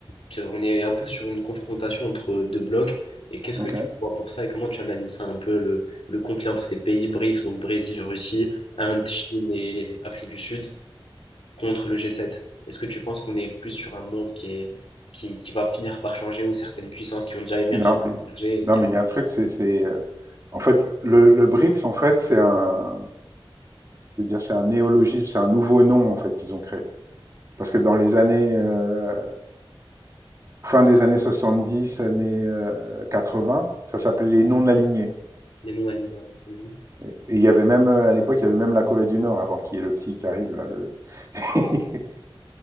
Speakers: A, on the left; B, on the right.
A: Tu- On est un peu sur une confrontation entre deux blocs. Et qu'est-ce
B: Ok.
A: que tu vois pour ça et comment tu analyses ça un peu le, le conflit entre ces pays BRICS, donc Brésil, Russie, Inde, Chine et Afrique du Sud, contre le G7? Est-ce que tu penses qu'on est plus sur un monde qui est, qui, qui va finir par changer ou certaines puissances qui ont déjà émergé,
B: Non, mais,
A: émergé, est-ce
B: non,
A: qu'il
B: mais
A: y
B: il y a un truc, c'est, c'est, euh, en fait, le, le BRICS, en fait, c'est un, je veux dire, c'est un néologisme, c'est un nouveau nom, en fait, qu'ils ont créé. Parce que dans les années, euh, fin des années 70, années euh, vingts ça s'appelait les non-alignés.
A: a les non-alignés? Mhm.
B: Et et il y avait même, euh, à l'époque, il y avait même la Corée du Nord, avant qu'il y ait le petit qui arrive, là, le... <laughs>